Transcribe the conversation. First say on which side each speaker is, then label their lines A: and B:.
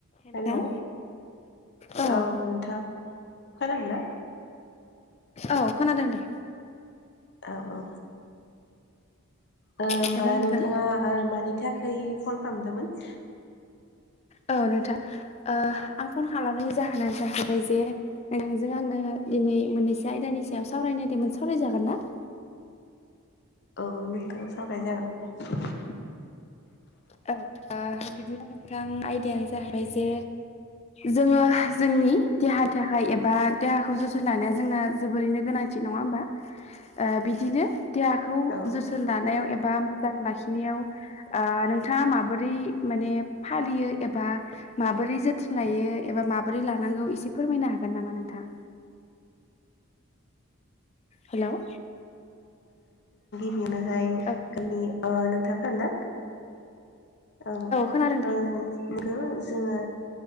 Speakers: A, on the left; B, on the left.
A: नोंथां
B: हेल' औ
A: औ
B: नोंथां खानादोना
A: औ खोनादों दे।
B: औ औ होमबा
A: हेल' नोंथां
B: नोंथाङा मानि बिनि थाखाय फन खालामदोंमोन
A: औ नोंथां आं फन खालामनायनि जाहोनानो जाहैबाय जे नोंजों आङो दिनै मोननैसो आयदानि सायाव सावरायनायदोंमोन सावरायजागोन ना <inaudible>
B: औ नोंथां सावराय जागोन दे
A: औ बिदिबा नोंथां आयदायानो जाहैबाय जे जोङो जोंनि देह थाखाय एबा देहाखौ जोथोन लानाया जोंना जोबोरैनो गोनांथि नङा होमबा ओ बिदिनो देहाखौ
B: औ
A: जोथोन लानायाव एबा मोजां लाखिनायाव बिथा माबोरै म फालियो एबा माबोरै जोथोन लायो एबा माबोरै लानानै। नौ एसे फोरमायनो हागोन नामा नोंथां? हेल'
B: बेनोहाय
A: औ
B: गनि नोंथाङाख ना औ <unintelligible>
A: खोनादों दे।
B: जोङो